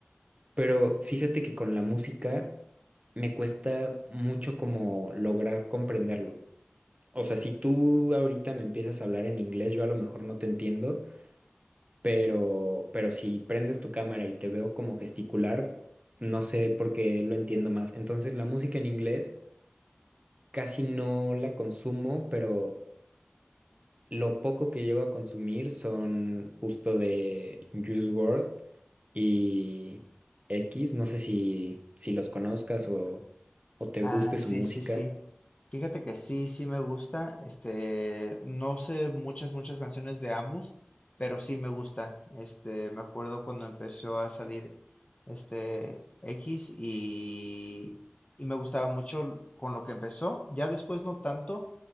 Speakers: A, on the right; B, on the left.
A: Pero fíjate que con la música me cuesta mucho como lograr comprenderlo. O sea, si tú ahorita me empiezas a hablar en inglés, yo a lo mejor no te entiendo, pero, pero si prendes tu cámara y te veo como gesticular, no sé por qué lo entiendo más. Entonces, la música en inglés casi no la consumo, pero lo poco que llego a consumir son justo de Juice WRLD y X. No sé si, si los conozcas o, o te
B: Ah,
A: guste su
B: sí,
A: música.
B: sí, sí. Fíjate que sí, sí me gusta. Este, no sé muchas, muchas canciones de ambos, pero sí me gustan. Este, me acuerdo cuando empezó a salir este X y, y me gustaba mucho l- con lo que empezó. Ya después no tanto.